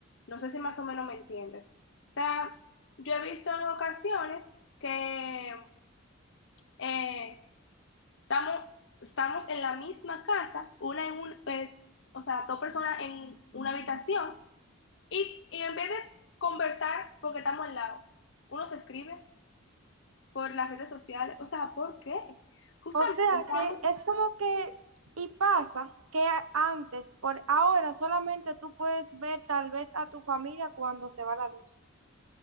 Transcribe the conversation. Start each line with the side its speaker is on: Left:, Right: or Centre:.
Left: No sé si más o menos me entiendes. O sea, yo he visto en ocasiones que eh, Estamos, estamos en la misma casa, una en un, eh, o sea, dos personas en una habitación, y, y en vez de conversar, porque estamos al lado, uno se escribe por las redes sociales, o sea, ¿por qué? Justamente
Right: O sea
Left: estamos
Right: que es como que, y pasa que a- antes, por ahora solamente tú puedes ver tal vez a tu familia cuando se va la luz.